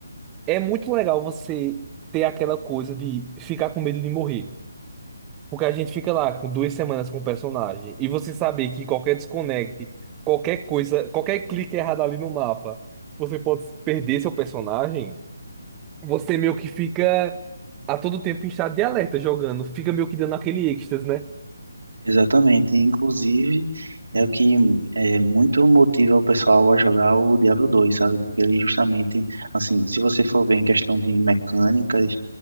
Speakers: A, on the right (about 15°); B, on the right (about 85°).
A: É muito legal você ter aquela coisa de ficar com medo de morrer. Porque a gente fica lá com duas semanas com o personagem e você saber que qualquer desconecte, qualquer coisa, qualquer clique errado ali no mapa, você pode perder seu personagem. Você meio que fica a todo tempo em estado de alerta jogando, fica meio que dando aquele êxtase, né?
B: Exatamente. Inclusive, é o que é muito motiva o pessoal a jogar o Diablo dois sabe? Porque ele justamente, assim, se você for ver em questão de mecânicas